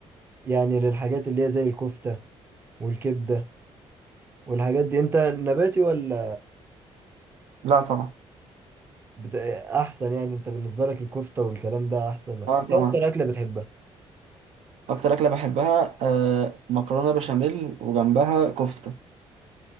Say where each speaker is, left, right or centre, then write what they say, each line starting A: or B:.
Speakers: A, on the right (about 20°); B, on the right (about 85°).
A: يعني للحاجات اللي هي زي الكفتة والكبدة والحاجات دي انت نباتي ولا
B: لا طبعا
A: بت... احسن يعني انت بالنسبة لك الكفتة والكلام ده احسن لك
B: اه طبعا
A: ايه اكتر اكلة بتحبها
B: اكتر اكلة بحبها آه مكرونة بشاميل وجنبها كفتة